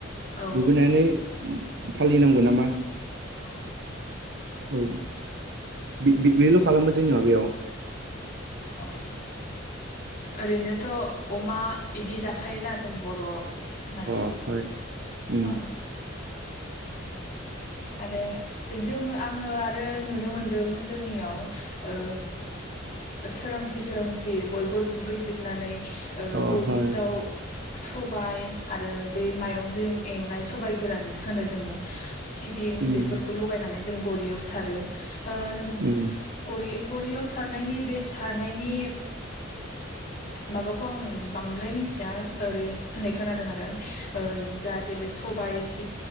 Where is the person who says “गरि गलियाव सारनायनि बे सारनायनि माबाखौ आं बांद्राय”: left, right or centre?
Left